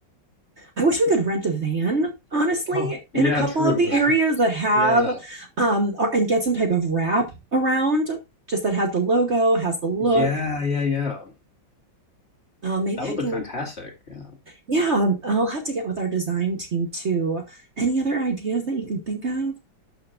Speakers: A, on the right; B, on the left.
A: I wish we could rent a van, honestly,
B: Oh, yeah,
A: in a couple
B: true.
A: of the areas that have
B: Yeah,
A: um or, and get some type of wrap around just that has the logo, has the look.
B: yeah, yeah, yeah.
A: Uh, maybe
B: That would
A: I can
B: look fantastic. Yeah.
A: Yeah, I'll have to get with our design team too. Any other ideas that you can think of?